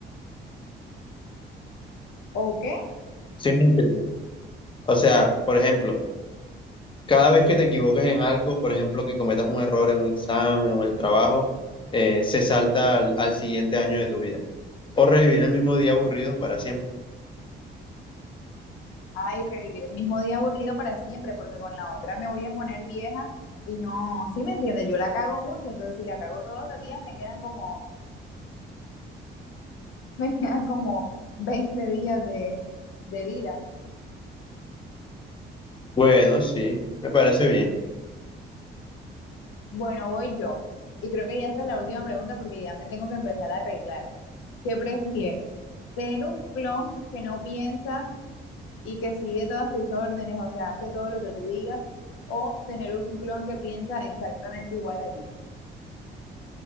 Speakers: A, on the left; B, on the left.
A: ¿O qué?
B: ¿Sí me entiendes? O sea, por ejemplo, cada vez que te equivocas en algo, por ejemplo, que cometas un error en un examen o en el trabajo, eh, se salta al, al siguiente año de tu vida. O revivir el mismo día aburrido para siempre.
A: Ay, revivir el mismo día aburrido para siempre, porque con la otra me voy a poner vieja y no, sí me entiendes, yo la cago mucho, entonces si la cago todos los días me quedan como <laughs> Me quedan como 20 días de, de vida.
B: Bueno, sí, me parece bien.
A: Bueno, voy yo. Y creo que ya está la última pregunta porque ya me tengo que empezar a arreglar. ¿Qué prefieres? ¿Tener un clon que no piensa y que sigue todas tus órdenes, o sea, hace todo lo que tú digas? ¿O tener un clon que piensa exactamente igual a ti?